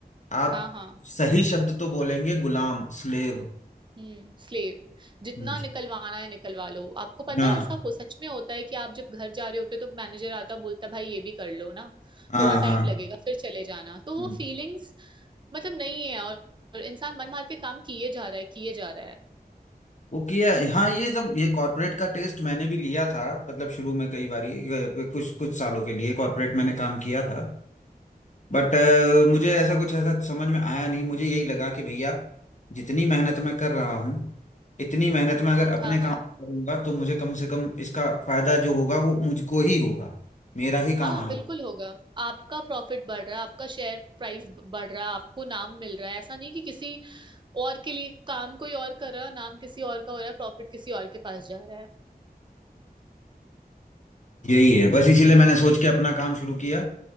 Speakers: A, on the left (about 50°); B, on the right (about 30°).
A: आप
B: हाँ हाँ
A: सही शब्द तो बोलेंगे गुलाम स्लेव
B: हम्म स्लेव जितना
A: हम्म
B: निकलवाना है निकलवा लो आपको पता
A: हाँ
B: है ऐसा हो सच में होता है कि आप जब घर जा रहे होते हो तो मैनेजर आता है, बोलता है, भाई ये भी कर लो ना
A: हाँ
B: थोड़ा
A: हाँ
B: टाइम लगेगा फिर चले जाना तो
A: हम्म,
B: वो फीलिंग्स मतलब नहीं है और, और इंसान मन मार के काम किए जा रहा है किए जा रहा है
A: वो किया है। हाँ ये जब ये कॉर्पोरेट का टेस्ट मैंने भी लिया था मतलब शुरू में कई बारी अ, कुछ कुछ सालों के लिए कॉर्पोरेट मैंने काम किया था बट अ, मुझे ऐसा कुछ ऐसा समझ में आया नहीं मुझे यही लगा कि भैया जितनी मेहनत मैं कर रहा हूँ इतनी मेहनत मैं अगर अपने
B: हाँ
A: काम
B: हाँ
A: में करूंगा तो मुझे कम से कम इसका फायदा जो होगा वो मुझको ही होगा मेरा ही काम
B: हाँ
A: आगे
B: बिल्कुल होगा आपका प्रॉफिट बढ़ रहा है आपका शेयर प्राइस बढ़ रहा है आपको नाम मिल रहा है ऐसा नहीं कि किसी और के लिए काम कोई और कर रहा है नाम किसी और का हो रहा है प्रॉफिट किसी और के पास जा रहा है
A: यही है बस इसीलिए
B: हम्म
A: मैंने सोच के अपना काम शुरू किया